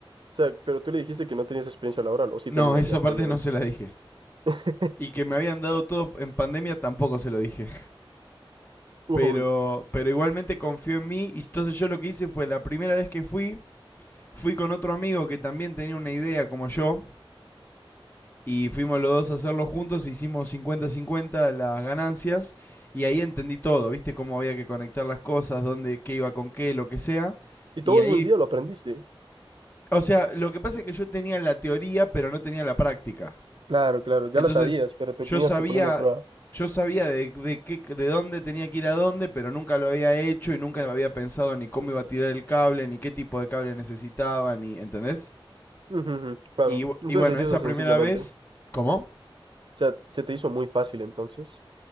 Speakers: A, on the right; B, on the left.
A: O sea, pero tú le dijiste que no tenías experiencia laboral, o sí
B: No,
A: tenías
B: esa
A: ya previamente.
B: parte no se la dije.
A: <laughs>
B: Y que me habían dado todo en pandemia tampoco se lo dije.
A: Uy.
B: pero, pero igualmente confió en mí. Y entonces yo lo que hice fue la primera vez que fui, fui con otro amigo que también tenía una idea como yo. Y fuimos los dos a hacerlo juntos, hicimos cincuenta cincuenta las ganancias. Y ahí entendí todo, viste cómo había que conectar las cosas, dónde, qué iba con qué, lo que sea.
A: Y
B: Y
A: todo
B: ahí,
A: en un día lo aprendiste.
B: o sea, lo que pasa es que yo tenía la teoría, pero no tenía la práctica.
A: Claro, claro, ya
B: Entonces,
A: la sabías, pero tenías
B: yo sabía,
A: que ponerlo a prueba.
B: yo sabía de, de, qué, de dónde tenía que ir a dónde, pero nunca lo había hecho y nunca había pensado ni cómo iba a tirar el cable, ni qué tipo de cable necesitaba, ni, ¿entendés?
A: Ujú, ujú, claro.
B: Y,
A: Entonces
B: y bueno, esa
A: eso
B: primera
A: sencillamente.
B: vez...
A: O
B: ¿Cómo?
A: sea, se te hizo muy fácil entonces.